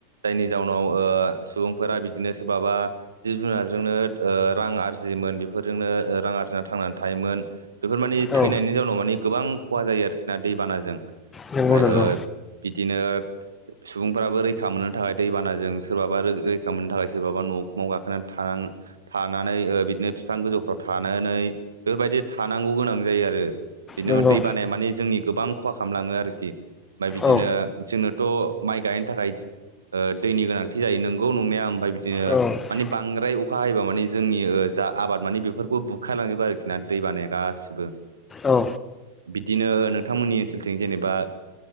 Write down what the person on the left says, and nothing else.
औ
नंगौ नंगौ
नंगौ
औ
औ
औ